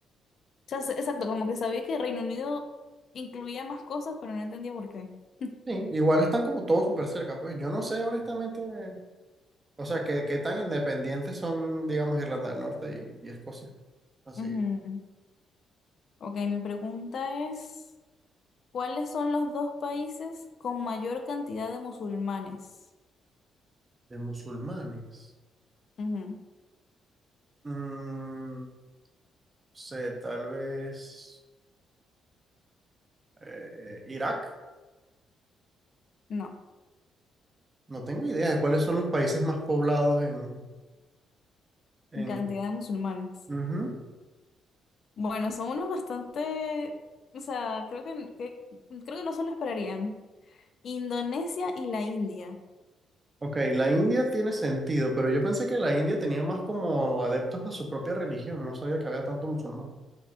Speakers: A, on the left; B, on the right.
A: sea, sé- exacto, como que sabía que Reino Unido incluía más cosas, pero no entendía por qué. <laughs>
B: Sí, igual están como todos súper cerca, pues yo no sé honestamente, o sea, qué, qué tan independientes son, digamos, Irlanda del Norte y, y Escocia. Así,
A: Ujú. Ok, mi pregunta es, ¿cuáles son los dos países con mayor cantidad de musulmanes?
B: de musulmanes.
A: Ujú.
B: Mm, sé, tal vez eh, Irak.
A: No,
B: No tengo idea de cuáles son los países más poblados en... en...
A: cantidad de musulmanes.
B: Ujú.
A: Bueno, son unos bastante, o sea, creo que, que- creo que no se lo esperarían. Indonesia y la India.
B: Ok, la India tiene sentido, pero yo pensé que la India tenía más como adeptos a su propia religión, no sabía que había tanto musulmán.